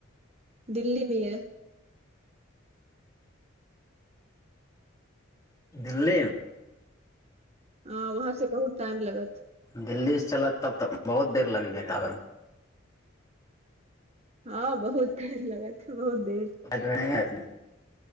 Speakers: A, on the right; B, on the left.
A: दिल्ली भी है
B: दिल्ली
A: अ वहाँ से बहुत टाइम लगत
B: दिल्ली से चलत तब तऽ बहुत देर लगि जैत अबैमे
A: हँ बहुत टाइम लगा छै बहुत देर
B: मे